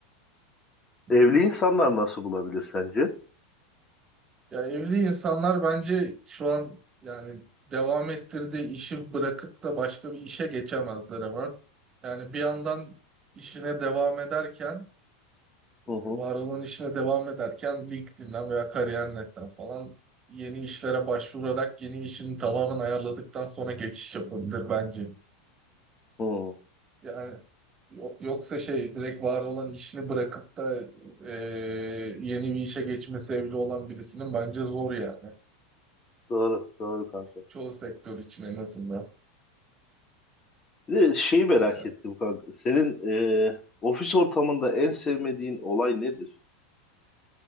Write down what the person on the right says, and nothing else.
Hı
hı.
Ya evli insanlar bence şu an yani devam ettirdiği işi bırakıp da başka bir işe geçemezler hemen. Yani bir yandan işine devam ederken, var
olan işine devam ederken LinkedIn'den veya kariyer nokta netten falan yeni işlere başvurarak yeni işini tamamen ayarladıktan sonra geçiş yapabilir bence.
Yani yo- yoksa şey direkt var olan işini bırakıp da e, yeni bir işe geçmesi evli olan birisinin bence zor yani.
Çoğu sektör için en azından.
Ee,